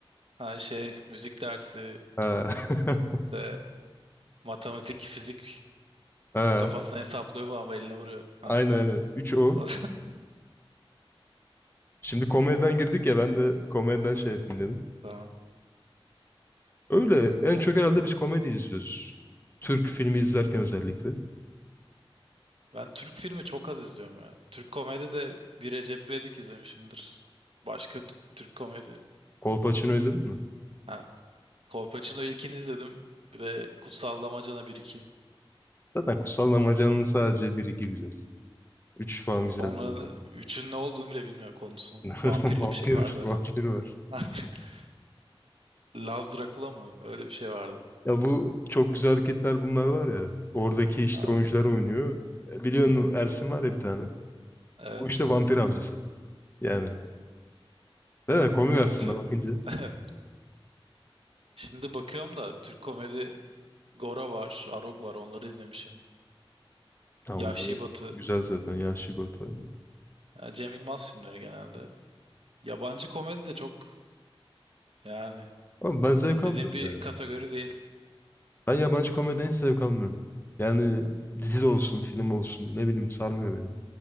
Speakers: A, on the right; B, on the left.
A: ha şey müzik dersi
B: Ha. <laughs>
A: de matematik, fizik
B: Ha.
A: kafasına hesaplıyor falan ve eline vuruyor. Ha.
B: Aynen
A: <laughs>
B: aynen. 3 o.
A: O-
B: Şimdi komediden girdik ya ben de komediden şey yapayım dedim.
A: Tamam.
B: Öyle en çok herhalde biz komedi izliyoruz. Türk filmi izlerken özellikle.
A: Ben Türk filmi çok az izliyorum ya. Türk komedi de bir Recep İvedik izlemişimdir. Başka t- Türk komedi.
B: Kolpaçino izledin mi?
A: Ha, Kolpaçino ilkini izledim. Bir de Kutsal Damacana 1-2.
B: Zaten Kutsal Damacan'ın sadece bir iki güzel. Üç falan güzel
A: Sonra
B: değil.
A: üçün ne olduğunu bile bilmiyorum konusunu.
B: Yani. <laughs>
A: Vampirli
B: Vampir,
A: bir şey vardı herhalde.
B: vampir var.
A: <laughs> Laz Dracula mı? Öyle bir şey vardı.
B: Ya bu çok güzel hareketler bunlar var ya. Oradaki işte
A: Ha,
B: oyuncular oynuyor. E, Biliyorsun Ersin var ya bir tane.
A: evet.
B: O işte vampir avcısı. Yani. Değil mi? Komik aslında
A: Kötü.
B: bakınca.
A: <laughs> Şimdi bakıyorum da Türk komedi Gora var, Arog var onları izlemişim.
B: Ha
A: Yahşi
B: onlar
A: Batı.
B: güzel zaten. Yaşlı bir hataydı.
A: Ha, Cem Yılmaz filmleri genelde. Yabancı komedi de çok Yani
B: Ama ben zevk
A: izlediğim
B: almıyorum
A: bir kategori
B: ya.
A: değil.
B: Ben yabancı komediden hiç zevk almıyorum. Yani dizi de olsun, film olsun. Ne bileyim sarmıyor beni.